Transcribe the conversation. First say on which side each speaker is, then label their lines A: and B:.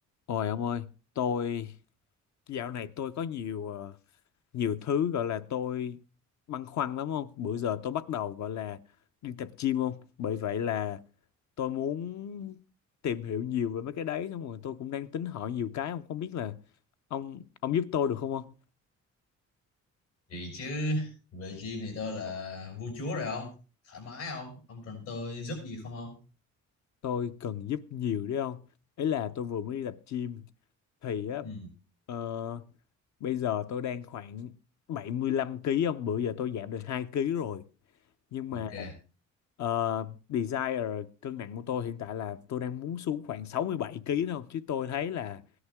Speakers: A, on the left; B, on the left.
A: Ôi ông ơi, tôi dạo này tôi có nhiều ờ, nhiều thứ gọi là tôi băn khoăn lắm không? Bữa giờ tôi bắt đầu gọi là đi tập gym không? Bởi vậy là tôi muốn tìm hiểu nhiều về mấy cái đấy xong rồi tôi cũng đang tính hỏi nhiều cái không không biết là ông ông giúp tôi được không không?
B: Vậy chứ về gym thì tôi là vua chúa rồi không? Thoải mái không? Ông cần tôi giúp gì không ông?
A: Tôi cần giúp nhiều đấy không? Ý là tôi vừa mới đi tập gym thì á
B: Ừ,
A: ờ, bây giờ tôi đang khoảng 75 ký không? Bữa giờ tôi giảm được 2 ký rồi nhưng
B: ok.
A: mà ờ, desire cân nặng của tôi hiện tại là tôi đang muốn xuống khoảng 67 kg thôi chứ tôi thấy là